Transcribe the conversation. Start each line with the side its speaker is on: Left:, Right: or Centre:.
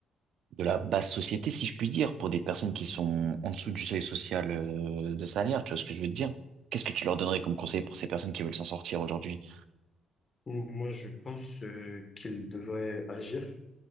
Right: de la basse société, si je puis dire, pour des personnes qui sont en dessous du seuil social euh, de salaire, tu vois ce que je veux te dire? Qu'est-ce que tu leur donnerais comme conseil pour ces personnes qui veulent s'en sortir aujourd'hui?
Left: Donc, Moi, je pense, euh, qu'il devrait agir.